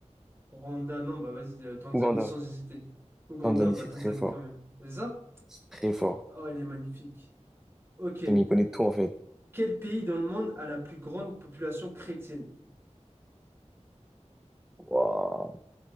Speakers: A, on the right; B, in the centre.
A: Rwanda, non, bah vas-y, euh, Tanzanie
B: Ouganda.
A: sans hésiter. Ouganda,
B: Tanzanie,
A: bah
B: c'est
A: Tanzanie
B: très fort.
A: quand même. C'est ça?
B: C'est très fort.
A: Oh, elle est magnifique. Ok, euh,
B: Tu m'y connais tout, en fait.
A: quel pays dans le monde a la plus grande population chrétienne?
B: Waouh.